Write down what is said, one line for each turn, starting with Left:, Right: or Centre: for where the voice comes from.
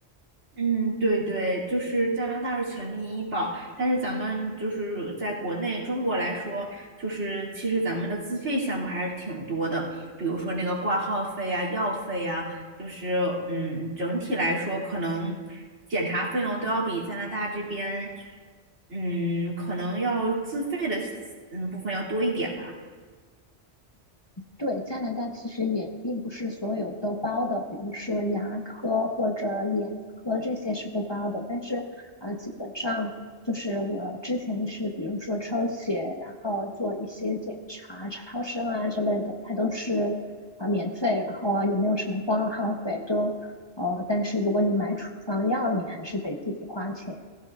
Right: 嗯，对对，就是加拿大是全民医保，但是咱们就是在国内中国来说，就是其实咱们的自费项目还是挺多的，比如说那个挂号费啊、药费啊，就是嗯，整体来说可能检查费用都要比加拿大这边，嗯，可能要自费的嗯部分要多一点吧。
Left: 对，加拿大其实也并不是所有都包的，比如说牙科或者眼科这些是不包的，但是啊、呃基本上就是我之前是比如说抽血，然后做一些检查、超声啊之类的，它都是啊、免费，然后啊也没有什么挂号费，都呃，但是如果你买处方药，你还是得自己花钱。